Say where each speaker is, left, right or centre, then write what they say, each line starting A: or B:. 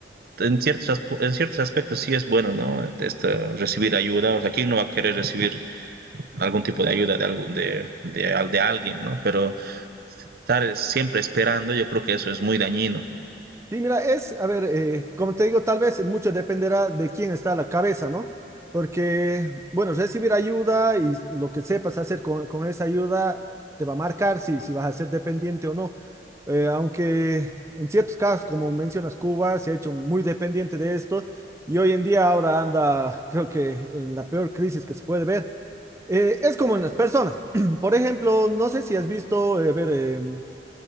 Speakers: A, on the right; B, on the right.
A: en ciertos, en ciertos aspectos sí es bueno, ¿no? Este, recibir ayuda, o sea, ¿quién no va a querer recibir algún tipo de ayuda de, algún, de, de, al- de alguien, ¿no? Pero estar siempre esperando, yo creo que eso es muy dañino.
B: Sí, mira, es, a ver, eh, como te digo, tal vez mucho dependerá de quién está a la cabeza, ¿no? Porque, bueno, recibir ayuda y lo que sepas hacer con, con esa ayuda te va a marcar si, si vas a ser dependiente o no. Eh, aunque en ciertos casos, como mencionas, Cuba se ha hecho muy dependiente de esto y hoy en día ahora anda, creo que en la peor crisis que se puede ver. Eh, es como en las personas. <clears throat> Por ejemplo, no sé si has visto, eh, ver, em,